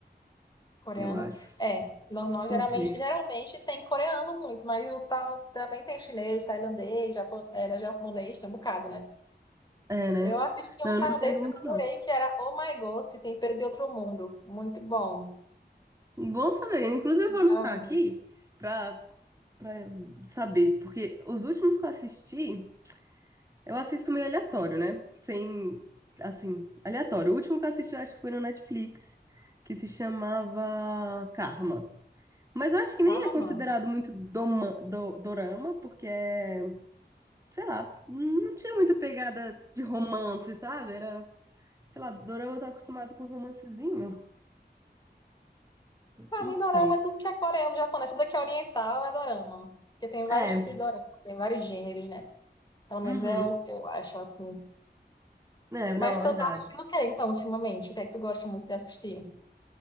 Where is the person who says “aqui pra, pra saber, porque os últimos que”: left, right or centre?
Right